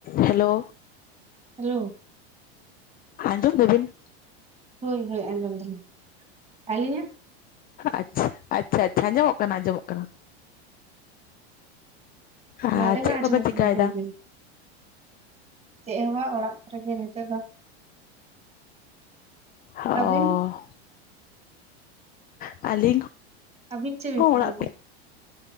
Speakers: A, on the left; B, on the right.
A: Hello.
B: Hello.
A: ᱟᱸᱡᱚᱢ ᱫᱟᱵᱤᱱ?
B: ᱦᱳᱭ ᱦᱳᱭ ᱟᱸᱡᱚᱢ ᱫᱟᱞᱤᱧ, ᱟᱹᱞᱤᱧᱟᱜ?
A: ᱟᱪᱪᱷᱟ ᱟᱪᱪᱷᱟ ᱟᱪᱪᱷᱟ ᱟᱸᱡᱚᱢᱚᱜ ᱠᱟᱱᱟ ᱟᱸᱡᱚᱢᱚᱜ ᱠᱟᱱᱟ᱾ ᱟᱨ
B: ᱱᱚᱰᱮ ᱱᱟᱜ
A: ᱪᱮᱫ
B: ᱟᱸᱡᱚᱢᱚᱜ
A: ᱠᱚᱵᱮᱱ ᱪᱤᱠᱟᱭᱮᱫᱟ
B: ᱠᱟᱱᱟ ᱞᱟᱹᱭ ᱵᱤᱱ ᱾ ᱪᱮᱫ ᱦᱚᱸ ᱵᱟᱝ ᱚᱲᱟᱜ ᱠᱚᱨᱮ ᱜᱮ ᱱᱤᱛᱚᱜ ᱫᱚ ᱾
A: <inaudible> ᱚᱸᱻ
B: ᱟᱹᱵᱤᱱ
A: ᱟᱹᱞᱤᱧ
B: ᱟᱵᱤᱱ ᱪᱮᱫ ᱵᱤᱱ
A: ᱦᱚᱸ
B: ᱪᱤᱠᱟᱹᱭ
A: ᱚᱲᱟᱜ
B: ᱫᱟ?
A: ᱠᱚ